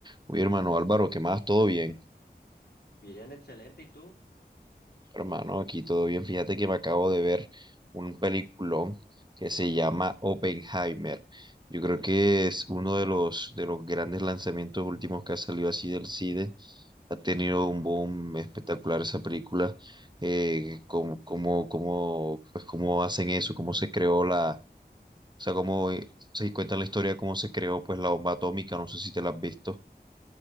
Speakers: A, on the right (about 25°); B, on the left (about 70°).
A: Uy, hermano Álvaro, ¿qué más? ¿Todo bien?
B: Bien, excelente. ¿Y tú?
A: Hermano, aquí todo bien. Fíjate que me acabo de ver un peliculón que se llama Oppenheimer. Yo creo que es uno de los, de los grandes lanzamientos últimos que ha salido así del cine. Ha tenido un boom espectacular esa película. Eh, cómo, cómo, cómo, pues cómo hacen eso, cómo se creó la, o sea, cómo eh, se cuenta la historia, de cómo se creó pues la bomba atómica. No sé si te la has visto.